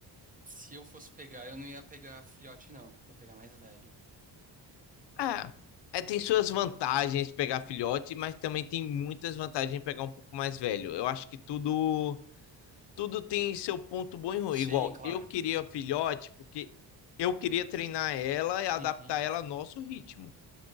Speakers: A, on the right (about 20°); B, on the left (about 70°).
A: se eu fosse pegar, eu não ia pegar filhote, não. Ia pegar mais velho.
B: Ah, é, tem suas vantagens pegar filhote, mas também tem muitas vantagens em pegar um pouco mais velho. Eu acho que tudo tudo tem seu ponto bom e ruim.
A: Sim,
B: Igual,
A: claro.
B: eu queria filhote porque eu queria treinar ela e adaptar
A: Uhum.
B: ela ao nosso ritmo.